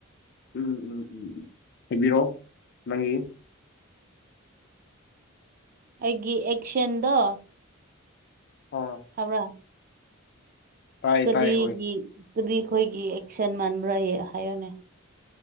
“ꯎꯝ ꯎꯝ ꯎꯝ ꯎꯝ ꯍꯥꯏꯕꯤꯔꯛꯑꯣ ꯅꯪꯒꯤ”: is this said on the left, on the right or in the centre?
Left